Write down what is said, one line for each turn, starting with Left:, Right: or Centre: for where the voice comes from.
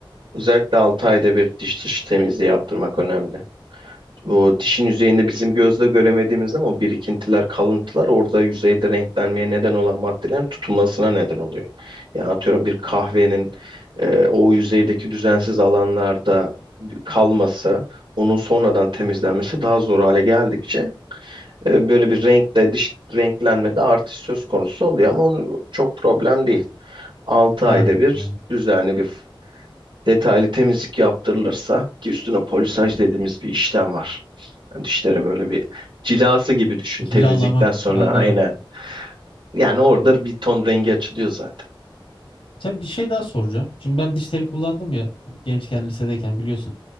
Right: özellikle 6 ayda bir diş dışı temizliği yaptırmak önemli. O dişin yüzeyinde bizim gözle göremediğimiz ama o birikintiler, kalıntılar orada yüzeyde renklenmeye neden olan maddelerin tutunmasına neden oluyor. Yani atıyorum bir kahvenin e, o yüzeydeki düzensiz alanlarda kalması, onun sonradan temizlenmesi daha zor hale geldikçe E, böyle bir renkle dış renklenmede artış söz konusu oluyor ama onu çok problem değil. Altı
Left: yani
Right: ayda bir
Left: anladım.
Right: düzenli bir f- detaylı temizlik yaptırılırsa ki üstüne polisaj dediğimiz bir işlem var. Yani dişlere böyle bir cilası gibi düşün
Left: Cilalamak
Right: temizlikten sonra
Left: anladım.
Right: aynen. Yani orada bir ton rengi açılıyor zaten.
Left: Tabii bir şey daha soracağım. Şimdi ben diş teli kullandım ya gençken lisedeyken biliyorsun.